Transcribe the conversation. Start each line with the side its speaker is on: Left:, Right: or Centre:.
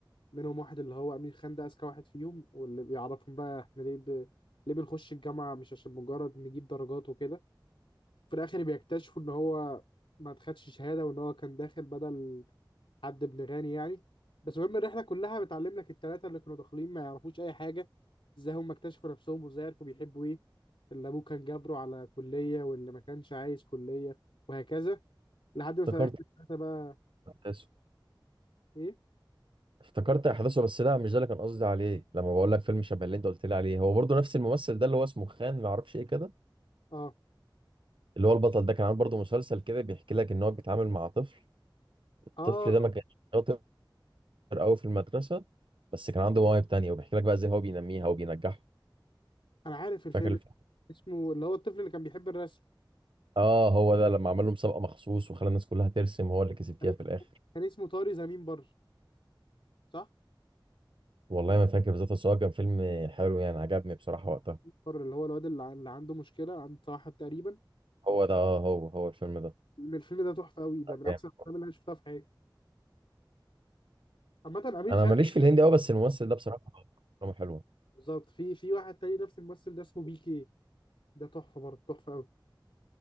Left: منهم واحد اللي هو امير خان ده اذكى واحد فيهم واللي بيعرفهم بقى احنا ليه ب... ليه بنخش الجامعه مش عشان مجرد نجيب درجات وكده في الاخر بيكتشفوا ان هو ما خدش شهاده وان هو كان داخل بدل حد ابن غني يعني بس المهم الرحله كلها بتعلم لك الثلاثه اللي كانوا داخلين ما يعرفوش اي حاجه ازاي هم اكتشفوا نفسهم وازاي عرفوا بيحبوا ايه اللي ابوه كان جابره على كليه واللي ما كانش عايز كليه وهكذا لحد ما في
Right: افتكرت
Left: الاخر الثلاثه بقى
Right: احداثه
Left: ايه
Right: افتكرت احداثه بس لا مش ده اللي كان قصدي عليه لما بقول لك فيلم شبه اللي انت قلت لي عليه هو برضه نفس الممثل ده اللي هو اسمه خان ما اعرفش ايه كده
Left: اه
Right: اللي هو البطل ده كان عامل برضه مسلسل كده بيحكي لك ان هو بيتعامل مع طفل الطفل
Left: اه
Right: ده ما كانش شاطر قوي في المدرسة بس كان عنده مواهب تانية وبيحكي لك بقى ازاي هو بينميها وبينجحها
Left: انا عارف الفيلم
Right: فاكر الف...
Left: اسمه اللي هو الطفل اللي كان بيحب الرسم
Right: اه هو ده لما عمل له مسابقة مخصوص وخلى الناس كلها ترسم هو اللي كسب
Left: كان
Right: فيها
Left: اسمه
Right: في الآخر
Left: كان اسمه طاري زمين بر صح
Right: والله ما فاكر بالظبط بس هو كان فيلم حلو يعني عجبني بصراحة وقتها
Left: بر اللي هو الواد اللي ع- اللي عنده مشكله عنده توحد تقريبا
Right: هو ده اه هو هو الفيلم ده
Left: الفيلم ده تحفه قوي ده
Right: لا،
Left: من احسن
Right: جامد.
Left: الافلام اللي انا شفتها في حياتي عامه امير
Right: انا
Left: خان
Right: ماليش في الهندي قوي بس الممثل ده بصراحة افلامه حلوة
Left: بالظبط في في واحد تاني نفس الممثل ده اسمه بي كي ده تحفه برضه تحفه قوي